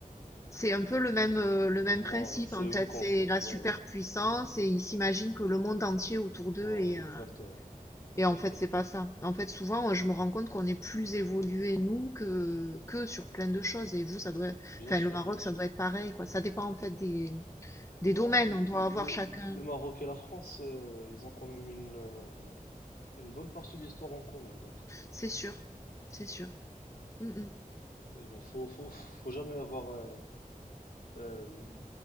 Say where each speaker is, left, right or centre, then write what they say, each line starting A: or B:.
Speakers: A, on the left; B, on the left.
A: C'est un peu le même, euh, le même
B: Voilà,
A: principe
B: c'est
A: en
B: le
A: fait.
B: même concept,
A: C'est la
B: voilà.
A: superpuissance et ils s'imaginent que le monde entier autour d'eux
B: Voilà,
A: est,
B: exactement.
A: euh,
B: Exactement.
A: et en fait c'est pas ça. En fait souvent euh, je me rends compte qu'on est plus évolué nous que que sur plein de choses. Et vous ça doit,
B: Bien
A: enfin
B: sûr,
A: le Maroc
B: bien sûr.
A: ça doit être pareil quoi. Ça dépend en fait des des
B: Oh,
A: domaines. On doit
B: le,
A: avoir chacun.
B: le Maroc et la France, euh, ils ont quand même une, euh, une bonne partie d'histoire en commun, donc. euh,
A: C'est sûr, c'est sûr. Mm, mm.
B: mais bon, faut, faut, faut jamais avoir, euh, Euh,